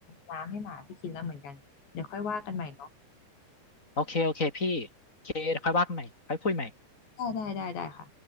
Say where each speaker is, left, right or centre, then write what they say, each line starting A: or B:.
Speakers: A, on the left; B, on the left.
A: น้ำให้หมาพี่กินแล้วเหมือนกันเดี๋ยวค่อยว่ากันใหม่เนาะ
B: โอเคโอเคพี่โอเคเดี๋ยวค่อยว่ากันใหม่ค่อยคุยใหม่
A: ได้ได้ได้ได้ค่ะ